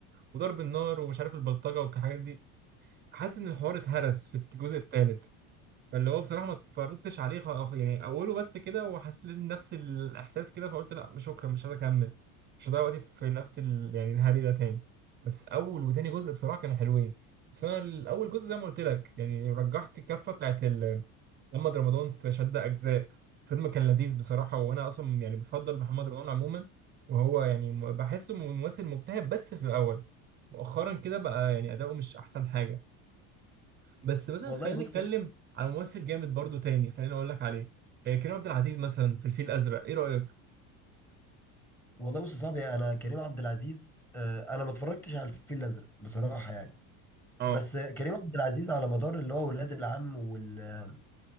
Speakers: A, on the right; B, in the centre.
A: وضرب النار ومش عارف البلطجة والحاجات دي حاسس ان الحوار اتهرس في الجزء الثالث فاللي هو بصراحة ما اتفرجتش عليه خ- يعني أوله بس كده وحسيت إن نفس الإحساس كده فقلت لا مش شكرا مش عايز أكمل مش هضيع وقتي في نفس ال... يعني الهري ده تاني بس أول وتاني جزء بصراحة كانوا حلوين بس أنا الأول جزء زي ما قلت لك يعني رجحت الكفة بتاعت ال... محمد رمضان في شد أجزاء فيلم كان لذيذ بصراحة وأنا أصلا يعني بفضل محمد رمضان عموما وهو يعني م- بحسه ممثل مجتهد بس في الأول مؤخرا كده بقى يعني أداؤه مش أحسن حاجة بس مثلا
B: والله
A: خلينا
B: بص
A: نتكلم عن ممثل جامد برضو تاني خليني اقول لك عليه آه، كريم عبد العزيز مثلا في الفيل الازرق ايه رايك
B: والله بص يا صاحبي انا كريم عبد العزيز آه انا ما اتفرجتش على الفيل الأزرق بصراحة يعني
A: اه
B: بس كريم عبد العزيز على مدار اللي هو ولاد العم وال...